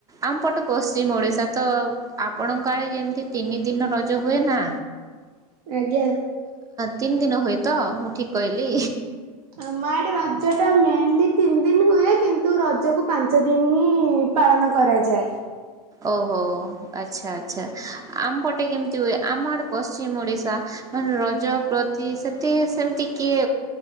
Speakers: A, on the right; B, on the right.
A: ଆମ ପଟେ ପଶ୍ଚିମ ଓଡିଶା ତ ଆପଣଙ୍କ ଆଡେ ଯେମିତି ତିନି ଦିନ ରଜ ହୁଏ ନା।
B: ଆଜ୍ଞା।
A: ତିନି ଦିନ ହୁଏ ତ ମୁଁ ଠିକ କହିଲି
B: ଆମ ଆଡେ ରଜ ଟା ମେନ୍ଲି ତିନି ଦିନ ହୁଏ କିନ୍ତୁ ରଜକୁ ପାଞ୍ଚ ଦିନ ହିଁ ପାଳନ କରାଯାଏ।
A: ଓହୋ ଆଛା ଆଛା ଆମପଟେ କେମିତି ହୁଏ ଆମ ଆଡେ ପଶ୍ଚିମ ଓଡିଶା ମାନେ ରଜ ପ୍ରତି ସେତେ ସେମିତି କିଏ